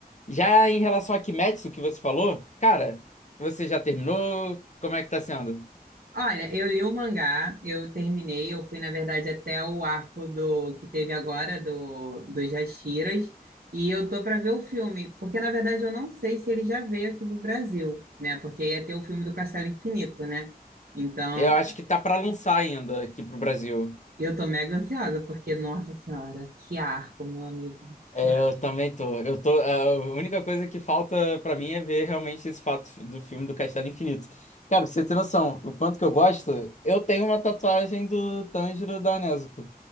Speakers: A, on the left; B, on the right.
A: Já em relação a Kimetsu, que você falou, cara, você já terminou? Como é que tá sendo?
B: Olha, eu li o mangá, eu terminei, eu fui, na verdade, até o arco do que teve agora do dos Jashiras, e eu tô para ver o filme, porque na verdade eu não sei se ele já veio aqui pro Brasil, né? Porque ia ter o filme do Castelo Infinito, né? Então,
A: Eu acho que tá pra lançar ainda aqui pro Brasil.
B: Eu tô mega ansiosa, porque, nossa senhora, que arco, meu amigo,
A: É,
B: que arco.
A: eu também tô. Eu tô. A única coisa que falta pra mim é ver realmente esse fato do filme do Castelo Infinito. Cara, pra você ter noção, o quanto que eu gosto, eu tenho uma tatuagem do Tanjiro da Nezuko.